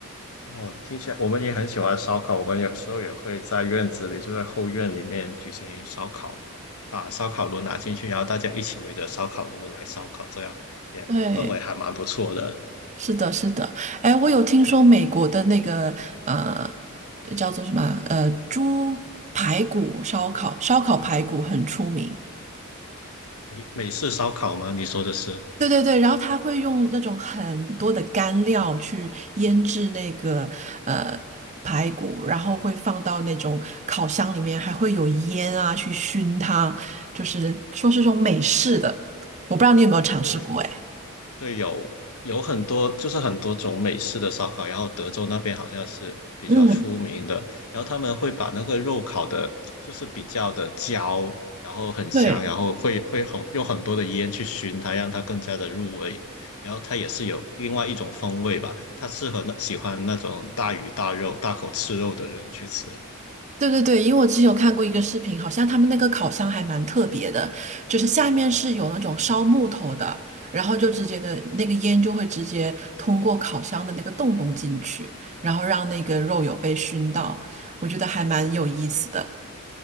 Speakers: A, on the left; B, on the right.
A: 哦，听起来我们也很喜欢烧烤，我们有时候也会在院子里，就在后院里面举行烧烤，把烧烤炉拿进去，然后大家一起围着烧烤炉来烧烤，这样也氛围还蛮不错的。
B: 对，是的，是的。哎，我有听说美国的那个呃，叫做什么啊呃，猪排骨烧烤，烧烤排骨很出名。
A: 美美式烧烤吗？你说的是？
B: 对对对，然后他会用那种很多的干料去腌制那个呃排骨，然后会放到那种烤箱里面，还会有烟啊去熏它，就是说是这种美式的，我不知道你有没有尝试过哎。
A: 对，对，有有很多，就是很多种美式的烧烤，然后德州那边好像是比较出名的，
B: 嗯，
A: 然后他们会把那个肉烤的，就是比较的焦，然后很香，
B: 对，
A: 然后会会很用很多的烟去熏它，让它更加的入味，然后它也是有另外一种风味吧，它适合那喜欢那种大鱼大肉、大口吃肉的人去吃。
B: 对对对，因为我之前有看过一个视频，好像他们那个烤箱还蛮特别的，就是下面是有那种烧木头的，然后就直接的那个烟就会直接通过烤箱的那个洞洞进去，然后让那个肉有被熏到，我觉得还蛮有意思的。